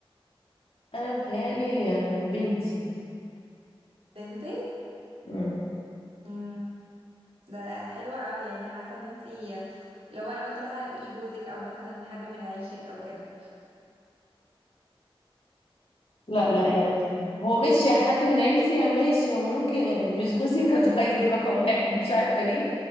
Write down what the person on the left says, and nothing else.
انا بتهيالي آه، بنتي
مم.
لا
لا
يعني هو ماشي حد من عيلتي يعني ماشي هو ممكن يعني مش جوزي برضه <laughs> هيجي رقم واحد مش عارفة ليه